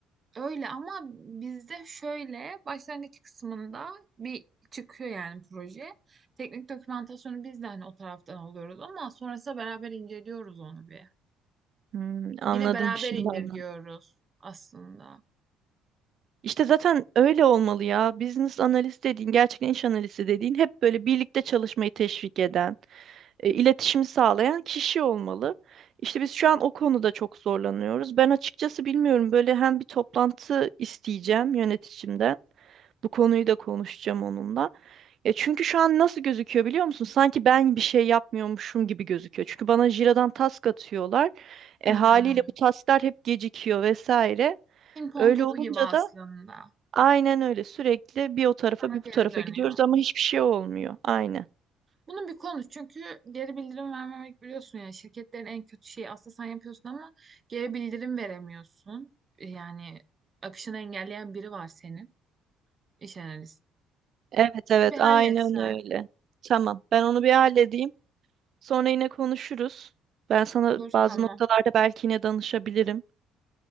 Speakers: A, on the right; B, on the right.
A: Öyle ama bizde şöyle başlangıç kısmında bir çıkıyor yani proje. Teknik dokümantasyonu biz de hani o taraftan alıyoruz ama sonrasında beraber inceliyoruz onu bir.
B: Hmm, anladım
A: Yine beraber
B: şimdi
A: indirgiyoruz
B: anladım.
A: aslında.
B: İşte zaten öyle olmalı ya. Business analist dediğin, gerçekten iş analisti dediğin hep böyle birlikte çalışmayı teşvik eden, e, iletişimi sağlayan kişi olmalı. İşte biz şu an o konuda çok zorlanıyoruz. Ben açıkçası bilmiyorum böyle hem bir toplantı isteyeceğim yöneticimden. Bu konuyu da konuşacağım onunla. Ya çünkü şu an nasıl gözüküyor biliyor musun? Sanki ben bir şey yapmıyormuşum gibi gözüküyor. Çünkü bana Jira'dan task atıyorlar. E,
A: Hmm.
B: haliyle bu tasklar hep gecikiyor vesaire.
A: Ping pong
B: Öyle
A: topu
B: olunca
A: gibi aslında.
B: da Aynen öyle. Sürekli bir o tarafa
A: Sana
B: bir
A: geri
B: bu tarafa
A: dönüyor.
B: gidiyoruz ama hiçbir şey olmuyor. Aynen.
A: Bunu bir konuş çünkü geri bildirim vermemek biliyorsun yani şirketlerin en kötü şeyi aslında sen yapıyorsun ama geri bildirim veremiyorsun. Yani akışını engelleyen biri var senin iş analisti.
B: Evet
A: Onu
B: evet
A: bir halletsen.
B: aynen öyle. Tamam. Ben onu bir halledeyim. Sonra yine konuşuruz. Ben sana
A: Olur
B: bazı
A: tamam.
B: noktalarda belki yine danışabilirim.